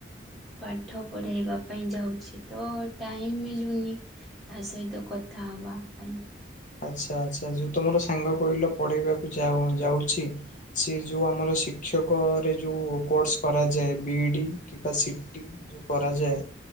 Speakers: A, in the centre; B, on the left.
A: ପାଠ ପଢ଼ାଇବା ପାଇଁ ଯାଉଛି ତ ଟାଇମ୍
B: ଆଚ୍ଛା।
A: ମିଳୁନି ତା ସହିତ କଥା ହବା ପାଇଁ।
B: ଆଚ୍ଛା ଆଚ୍ଛା ଯୋଉ ତମର ସାଙ୍ଗ କହିଲ ପଳେଇବାକୁ ଯାଉଛି। ସେ ଯେଉଁ ଆମର ଶିକ୍ଷକରେ ଯେଉଁ କୋର୍ସ କରାଯାଏ ବି ଇ ଡ଼ି କିପ ସଟି ଯଉ କରାଯାଏ।